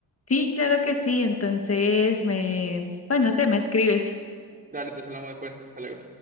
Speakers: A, on the left; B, on the right.
A: Sí, claro que sí, entonces me, bueno, no sé, me escribes.
B: Dale, te hablamos después. Hasta luego.